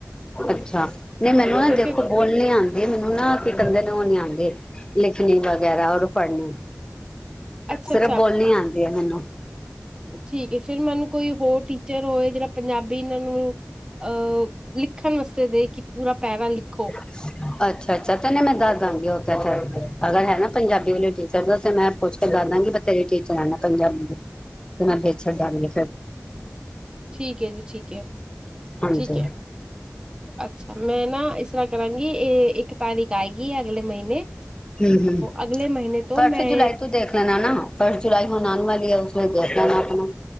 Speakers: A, on the left; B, on the right.
A: ਅੱਛਾ। ਨਹੀਂ ਮੈਨੂੰ ਨਾ
B: ਤੇ
A: ਦੇਖੋ
B: ਫਿਰ
A: ਬੋਲਣੇ ਆ ਮੈਨੂੰ ਨਾ ਕੀ ਕਦੇ ਨੂੰ ਉਹ ਨੀ ਆਉਂਦੇ ਲਿਖਣੀ ਵਗੈਰਾ ਔਰ ਪੜ੍ਹਨੀ
B: ਅੱਛਾ
A: ਸਿਰਫ
B: -ਅੱਛਾ।
A: ਬੋਲਣੀ ਆਉਂਦੀ ਹੈ ਮੈਨੂੰ
B: ਠੀਕ ਹੈ ਫਿਰ ਮੈਨੂੰ ਕੋਈ ਹੋਰ ਟੀਚਰ ਹੋਏ ਜਿਹੜਾ ਪੰਜਾਬੀ ਇਹਨਾਂ ਨੂੰ ਅਹ ਲਿਖਣ ਵਾਸਤੇ ਦੇ ਕਿ ਪੂਰਾ ਪਹਿਰਾ ਲਿਖੋ
A: ਅੱਛਾ ਅੱਛਾ ਤਦ ਮੈਂ ਦੱਸ ਦਵਾਂਗੀ ਉਥੇ ਫਿਰ ਅਗਰ ਹੈ ਨਾ ਪੰਜਾਬੀ ਵਾਲੇ ਟੀਚਰ ਦਾ ਤੇ ਮੈਂ ਪੁੱਛ ਕੇ ਦੱਸ ਦਾਂਗੀ ਬਥੇਰੇ ਟੀਚਰਾਂ ਨਾ ਪੰਜਾਬੀ ਦੇ ਤੇ ਮੈਂ ਵੇਚਣ ਜਾਂਦੀ
B: ਠੀਕ ਹੈ ਜੀ ਠੀਕ ਹੈ
A: ਹਾਂਜੀ
B: ਠੀਕ ਹੈ। ਅੱਛਾ ਮੈਂ ਨਾ ਇਸ ਤਰ੍ਹਾਂ ਕਰਾਂਗੀ ਇਹ ਇੱਕ ਇੱਕ ਤਾਰੀਖ ਆਏਗੀ ਅਗਲੇ ਮਹੀਨੇ
A: ਹੂੰ ਹੂੰ
B: ਅਗਲੇ ਮਹੀਨੇ ਤੋਂ
A: ਫਸਟ
B: ਮੈਂ
A: ਜੁਲਾਈ ਤੂੰ ਦੇਖ ਲੈਣਾ ਨਾ ਫਸਟ ਜੁਲਾਈ ਹੁਣ ਆਨ ਵਾਲੀ ਹੈ ਉਸ ਵੇਲੇ ਲੈਣਾ ਆਪਣਾ